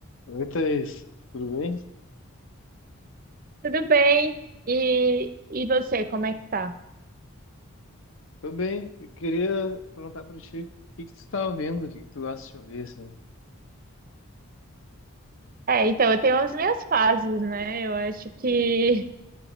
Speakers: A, on the left (about 60°); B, on the right (about 40°).
A: Oi, Thaís, tudo bem?
B: Tudo bem? E, e você, como é que tá?
A: Tô bem. Eu queria perguntar pra ti, o que que tu tá ouvindo? O que que tu gosta de ouvir, assim?
B: É, então, eu tenho as minhas fases, né? Eu acho que